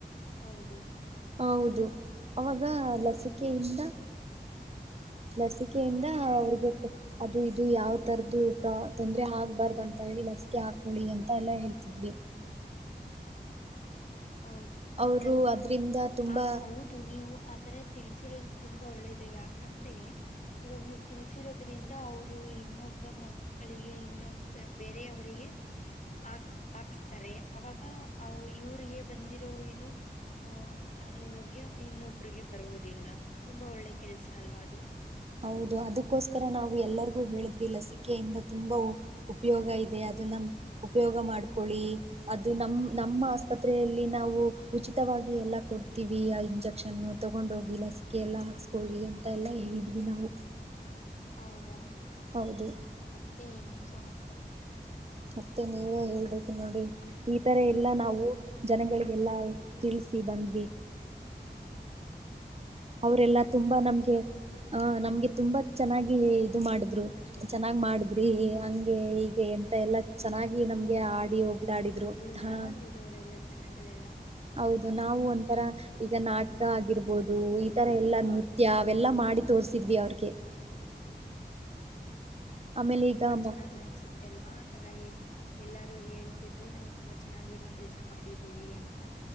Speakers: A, on the left (about 45°); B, on the right (about 35°).
A: ಹೌದು
B: ಹೌದು ಅವಾಗ ಲಸಿಕೆ ಟ ಲಸಿಕೆಯಿಂದ ಅವ್ರಿಗೆ ಅದು ಇದು ಯಾವ ತರದ್ದು ಪ್ರ ತೊಂದರೆ ಆಗ್ಬಾರ್ದು ಅಂತ ಹೇಳಿ ಲಸಿಕೆ ಹಾಕೊಳ್ಳಿ ಅಂತ ಎಲ್ಲ ಹೇಳ್ತಿದ್ವಿ
A: ಹೌದು
B: ಅವರು
A: ಇಲ್ಲ
B: ಅದ್ರಿಂದ ತುಂಬಾ
A: ಆ ಹೌದು ನೀವು ಆತರ ತಿಲ್ಸಿರೋದು ತುಂಬಾ ಒಳ್ಳೇದು ಯಾಕಂದ್ರೆ ಇವಾಗ ನೀವು ತಿಲ್ಸಿರೋದ್ರಿಂದ ಅವರು ಇನ್ನೊಬ್ಬ ಮ ಮಳಿಗೆ ಇನ್ನೊಬ್ ಬೇರೆಯವರಿಗೆ ಆ ಹಾಕ್ಸ್ತಾರೆ ಅವಾಗ ಅವ್ ಇವ್ರಿಗೆ ಬಂದಿರೋ ಇದು ಆಹ ಆರೋಗ್ಯ ಇನ್ನೊಬ್ರಿಗೆ ಬರುವುದಿಲ್ಲ ತುಂಬಾ ಒಳ್ಳೆ ಕೆಲ್ಸ ಅಲ್ವಾ ಅದು
B: ಹೌದು ಅದಕ್ಕೋಸ್ಕರ ನಾವು ಎಲ್ಲರಿಗೂ ಹೇಳಿದ್ವಿ ಲಸಿಕೆಯಿಂದ ತುಂಬಾ ಉಪಯೋಗ ಇದೆ ಅದನ್ನ ಉಪಯೋಗ ಮಾಡ್ಕೊಳ್ಳಿ ಅದು ನಮ್ ನಮ್ಮ ಆಸ್ಪತ್ರೆಯಲ್ಲಿ ನಾವು ಉಚಿತವಾಗಿ ಎಲ್ಲಾ ಕೊಡ್ತೀವಿ ಆ ಇಂಜೆಕ್ಷನ್ ತಗೊಂಡೋಗಿ ಲಸಿಕೆಲ್ಲ ಹಾಕ್ಸ್ಕೊಳ್ಳಿ ಅಂತ ಎಲ್ಲ ಹೇಳಿದ್ವಿ ಭಿನವು
A: ಹೌದಾ
B: ಹೌದು
A: ಮತೆ ಏನು ಸಮಾಚಾರ
B: ಮತ್ತೆ ನೀವೇ ಹೇಳ್ಬೇಕು ನೋಡಿ ಈ ತರ ಎಲ್ಲಾ ನಾವು ಜನಗಳಿಗೆಲ್ಲಾ ತಿಳಿಸಿಬಂದ್ವಿ ಅವರೆಲ್ಲಾ ತುಂಬಾ ನಮ್ಗೆ ಆ ನಮ್ಗೆ ತುಂಬಾ ಚೆನ್ನಾಗಿ ಇದು ಮಾಡಿದ್ರು ಚೆನ್ನಾಗ್ ಮಾಡಿದ್ರಿ ಹಂಗೆ ಹೀಗೆ ಎಂತ ಎಲ್ಲಾ ಚೆನ್ನಾಗಿ ನಮ್ಗೆ
A: ಹೌದು
B: ಆಡಿ ಹೋಗ್ಲಾ ಆಡಿದ್ರು
A: ಹೊಗಳಿದ್ರಾ
B: ಹಾ
A: ಅಲ್ಲಿರೋರೆಲ್ಲ ಜನಗಳೆಲ್ಲ
B: ಹೌದು ನಾವು ಒಂಥರ ಈಗ ನಾಟಕ ಆಗಿರ್ಬೋದು ಇದ್ ತರ ಎಲ್ಲಾ
A: ಹಾ
B: ನೃತ್ಯ ಅವೆಲ್ಲಾ ಮಾಡಿ ತೋರ್ಸ್ ಸಿದ್ವಿ ಅವ್ರಿಗೆ ಆಮೇಲೆ
A: ತುಂಬಾ
B: ಈಗ ಮ
A: ಚೆನ್ನಾಗ್ ಅನ್ಸುತ್ತೆ ಅಲ್ವಾ ಆ ತರ ಇ ಎಲ್ಲಾರು ಹೇಳ್ತಿದ್ರೆ ನಾವು ತುಂಬಾ ಚೆನ್ನಾಗಿರೋ ಕೆಲ್ಸ ಮಾಡಿದೀವಿ ಅಂತ